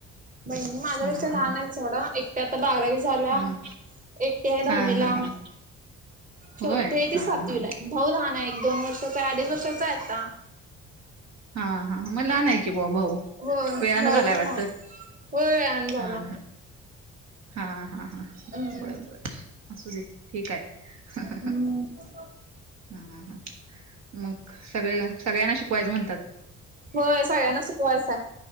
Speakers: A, on the right; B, on the right.
A: बहिणी माझ्यापेक्षा
B: हा हा
A: लहांन आहे थोड्या एकट्यां आंता बारावी झाल्यां
B: हा
A: एकटी आहे
B: हा
A: दहावी लां
B: हा हा
A: छोटे
B: होय
A: आहे ते
B: हा
A: सातवीला
B: हा
A: भाऊ लहांन आहे एक दोन वर्षाचा अडीच वर्षाचा आहे आंता
B: हां हां मंग लहांन आहे कि बं भाऊ
A: होय
B: वेळांनं
A: भाऊ
B: झालायं
A: पण
B: वाटतं
A: मग होय व्यायाम झाला
B: हां हां हां हां
A: हम्म
B: बरं बरं अंसू दे ठीक आहे
A: हम्मं
B: हं मंग सगळं सगळ्यांना शिकवांयचं म्हणतांत
A: होयं सगळ्यांना शिकवांयचं